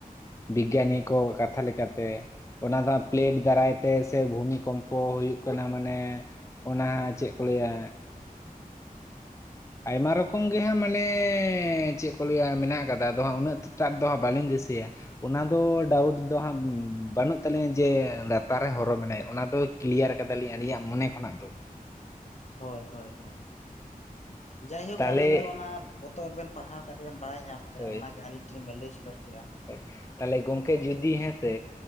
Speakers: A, on the left; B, on the left.
A: ᱵᱤᱜᱽᱜᱟᱱᱤ ᱠᱚ ᱠᱟᱛᱷᱟ ᱞᱮᱠᱟᱛᱮ ᱚᱱᱟ ᱫᱚ ᱦᱟᱸᱜ ᱯᱞᱮᱴ ᱫᱟᱨᱟᱭ ᱛᱮ ᱥᱮ ᱵᱷᱩᱢᱤ ᱠᱢᱯᱚ ᱦᱩᱭᱩᱜ ᱠᱟᱱᱟ ᱢᱟᱱᱮ ᱚᱱᱟ ᱪᱮᱫ ᱠᱚ ᱞᱟᱹᱭᱟ ᱟᱭᱢᱟ ᱨᱚᱠᱚᱢ ᱜᱮ ᱦᱟᱸᱜ ᱢᱟᱱᱮ ᱪᱮᱫ ᱠᱚ ᱞᱟᱹᱭᱟ ᱢᱮᱱᱟᱜ ᱠᱟᱫᱟ ᱟᱫᱚ ᱦᱟᱸᱜ ᱩᱱᱟᱹᱜ ᱴᱟᱜ ᱫᱚ ᱦᱟᱸᱜ ᱵᱟᱹᱞᱤᱧ ᱫᱤᱥᱟᱹᱭᱟ ᱚᱱᱟ ᱫᱚ ᱰᱟᱣᱩᱴ ᱫᱚ ᱦᱟᱸᱜ ᱵᱟᱹᱱᱩᱜ ᱛᱟᱹᱟᱞᱤᱧᱟ ᱡᱮ ᱞᱟᱛᱟᱨ ᱨᱮ ᱦᱚᱨᱚ ᱢᱮᱱᱟᱭ ᱚᱱᱟ ᱫᱚ ᱠᱞᱤᱭᱟᱨ ᱠᱟᱫᱟᱞᱤᱧ ᱟᱹᱞᱤᱧᱟᱜ ᱢᱚᱱᱮ ᱠᱷᱚᱱᱟᱜ ᱫᱚ
B: ᱦᱳᱭ ᱦᱳᱭ ᱦᱳᱭ ᱡᱟᱭᱦᱳᱠ
A: ᱛᱟᱦᱚᱞᱮ
B: ᱟᱵᱮᱱ ᱫᱚ ᱚᱱᱟ ᱯᱚᱛᱚᱵ ᱨᱮ ᱵᱮᱱ ᱯᱟᱲᱦᱟᱣ ᱠᱟᱛᱮ ᱵᱮᱱ ᱵᱟᱲᱟᱭ ᱧᱟᱢ ᱠᱟᱜᱼᱟ
A: ᱦᱳᱭ
B: ᱚᱱᱟᱜᱮ ᱟᱞᱤᱧ ᱴᱷᱮᱱ ᱵᱮᱱ ᱞᱟᱹᱭ ᱥᱚᱫᱚᱨ ᱠᱮᱜᱼᱟ
A: ᱦᱳᱭ ᱛᱟᱦᱚᱞᱮ ᱜᱚᱝᱠᱮ ᱡᱩᱫᱤ ᱦᱮᱸᱥᱮ